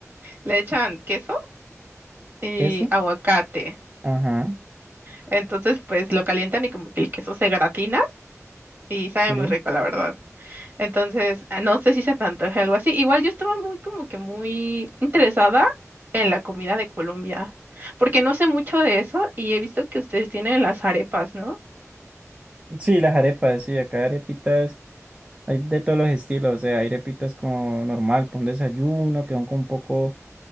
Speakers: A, on the right; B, on the right.
A: Le echan queso y
B: ¿Queso?
A: aguacate.
B: Ajá,
A: Entonces pues lo calientan y como que el queso se gratina y sabe
B: sí.
A: muy rico, la verdad. Entonces, ah, no sé si se te antoje algo así. Igual yo estaba muy, como que muy interesada en la comida de Colombia, porque no sé mucho de eso y he visto que ustedes tienen las arepas, ¿no?
B: Sí, las arepas, sí, acá arepitas, hay de todos los estilos, o sea, hay arepitas como normal, con desayuno, que son como un poco